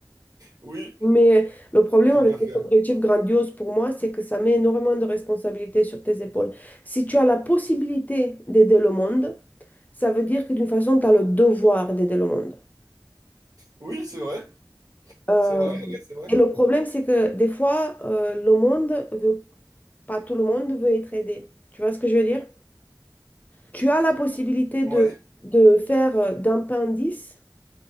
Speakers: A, on the right; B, on the left.
A: Oui,
B: Mais le problème
A: tant
B: avec
A: qu'à faire.
B: les objectifs grandioses pour moi, c'est que ça met énormément de responsabilités sur tes épaules. Si tu as la possibilité d'aider le monde, ça veut dire que d'une façon, tu as le devoir d'aider le monde.
A: Oui, c'est vrai.
B: Euh,
A: C'est vrai, ouais, c'est vrai.
B: et le problème, c'est que des fois, euh, le monde veut, pas tout le monde veut être aidé. Tu vois ce que je veux dire? Tu as la possibilité de,
A: Ouais.
B: de faire euh, d'un pain 10